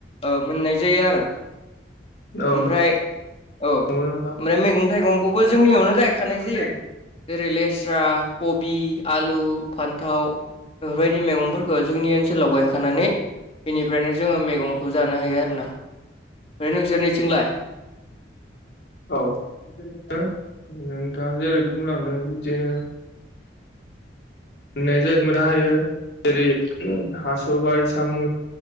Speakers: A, on the left (about 35°); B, on the left (about 65°).
A: औ मोननाय जायो आरो
B: औ
A: ओमफ्राय औ ओमफ्राय
B: नंगौ नोंथां
A: मैगं। मैगं थाइगंखौबो
B: मैगं
A: जोंनियावनो
B: थाइगंबो
A: गायखानाय
B: जोंनियावनो
A: जायो। जेरै लेस्रा कबि आलु फान्थ। थाव बेफोरबायदि मैगंफोरखौ जोंनि ओनसोलाव गायखानानै। बेनिफ्रायनो जोङो
B: गायनाय
A: मैगंखौ जानो हायो आरोना। बै नोंसोरनिथिंलाय।
B: जायो औ बिदिनो नोंथाङा जेरै बुंलांदों बिदिनो। मोननो मोननो हायो जेरै हास'बायाइ साम'।